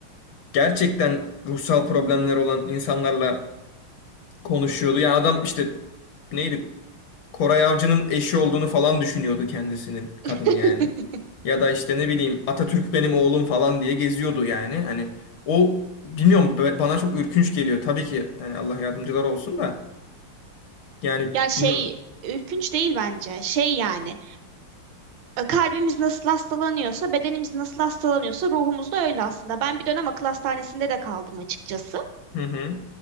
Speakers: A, on the left; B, on the right.
A: gerçekten ruhsal problemler olan insanlarla konuşuyordu. Ya adam işte neydi? Koray Avcı'nın eşi olduğunu
B: Hı.
A: falan düşünüyordu kendisinin kadın
B: <laughs>
A: yani. Ya da işte ne bileyim Atatürk benim oğlum falan diye geziyordu yani. Hani o bilmiyorum b- bana çok ürkünç geliyor. Tabii ki yani Allah yardımcılar olsun da yani
B: Ya şey,
A: bilmiyorum.
B: ürkünç değil bence. Şey yani, e, kalbimiz nasıl hastalanıyorsa, bedenimiz nasıl hastalanıyorsa ruhumuz da öyle aslında. Ben bir dönem akıl hastanesinde de kaldım açıkçası.
A: Hı hı.